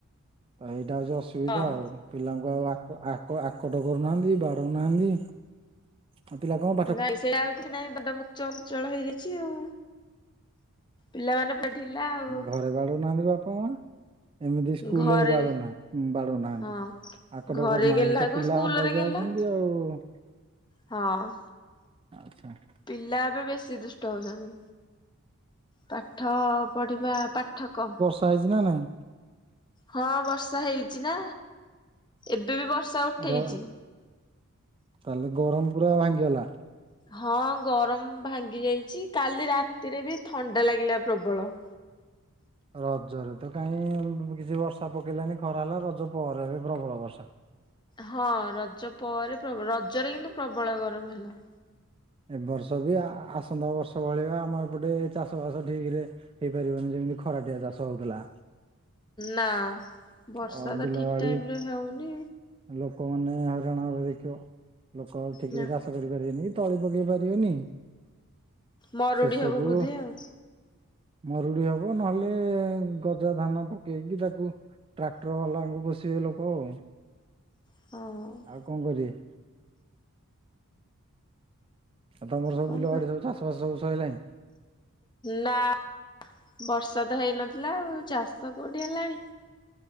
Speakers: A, on the right; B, on the left.
A: ତ ଏଇଟା ହଉଛି ଅସୁବିଧା
B: ହଁ।
A: ଆଉ। ପିଲାଙ୍କୁ ଆଉ ଆକ ଆକ ଆକଟ କରୁନାହାନ୍ତି ବାଡଉନାହାନ୍ତି। ଆଉ ପିଲା କମ୍
B: ନାଇଁ ସେ ଆଉ କିଛି ନାଇଁ ଦଣ୍ଡମୁକ୍ତ ଅଞ୍ଚଳ ହେଇଯାଇଛି ଆଉ ପିଲାମାନେ ପୁରା ଢିଲା ଆଉ।
A: ଘରେ ବାଡାଉ ନାହାନ୍ତି ବାପା ମା ଏମିତି ସ୍କୁଲ
B: ଘରେ
A: ରେବି ବାଡୋଉ ନାଆ ବାଡୋଉ ନାହାନ୍ତି
B: ହଁ
A: ଆକଟ
B: ଘରେ
A: କରୁନାହାନ୍ତି
B: ଗେହ୍ଲାକୁ
A: ତ ପିଲା
B: ସ୍କୁଲରେ
A: ଅବାଗିଆ
B: ଗେହ୍ଲା
A: ହୋଉଚନ୍ତି। ଯୋଉ
B: ହଁ।
A: ଆଚ୍ଛା।
B: ପିଲା ଏବେ ବେଶୀ ଦୁଷ୍ଟ ହଉଛନ୍ତି। ପାଠ ପଢିବା, ପାଠ କମ୍
A: ଖାଇଚି ନା ନାଇଁ।
B: ହଁ ବର୍ଷା ହେଇଛି ନା? ଏବେ ବି ବର୍ଷା ଉଠେଇଛି।
A: ଗର ତାହେଲେ ଗରମ ପୁରା ଭାଙ୍ଗିଗଲା?
B: ହଁ ଗରମ ଭାଙ୍ଗି ଯାଇଛି କାଲି ରାତିରେ ବି ଥଣ୍ଡା ଲାଗିଲା ପ୍ରବଳ।
A: ରଜରେ ତ କାଇ କିଛି ବର୍ଷା ପକେଇଲାନି ଖରା ହେଲା ରଜ ପରେ ଏବେ ପ୍ରବଳ ବର୍ଷା।
B: ହଁ ରଜ ପରେ ପ୍ରବଳ ରଜରେ କିନ୍ତୁ ପ୍ରବଳ ଗରମ ହେଲା।
A: ଏ ବର୍ଷ ବି ଆ ଆସନ୍ତା ବର୍ଷ ଭଳିଆ ଆମ ଏପଟେ ଚାଷବାସ ଠିକ୍ ରେ ହେଇପାରିବନି ଯେମିତି ଖରାଟିଆ ଚାଷ ହଉଥିଲା।
B: ନା ବର୍ଷା
A: ଆଉ ବିଲ
B: ତ ଠିକ୍
A: ବାଡି
B: ଟାଇମ୍ ରେ ହେଉନି।
A: ଲୋକମାନେ ହଇରାଣ ହେବେ ଦେଖିବ, ଲୋକ ଆଉ ଠିକ୍
B: ନା
A: ରେ ଚାଷ କରିପାରିବେନି ତଳି ପକେଇ ପାରିବେନି
B: ମରୁଡି
A: ଶେଷକୁ
B: ହବ ବୋଧେ ଆଉ।
A: ମରୁଡି ହବ ନହେଲେ ଗଜା ଧାନ ପକେଇକି ତାକୁ ଟ୍ରାକ୍ଟର ବାଲାଙ୍କୁ ପୋସିବେ ଲୋକ ଆଉ।
B: ହଁ।
A: ଆଉ କଣ କରିବେ? ତମର ସବୁ
B: କଣ
A: ବିଲ ବାଡ଼ି ସବୁ ଚାଷବାସ ସବୁ ସଇଲାଣି?
B: ନାଁ, ବର୍ଷା ତ ହେଇନଥିଲା ଆଉ ଚା ଚାଷ କୋଉଠି ହେଲାଣି?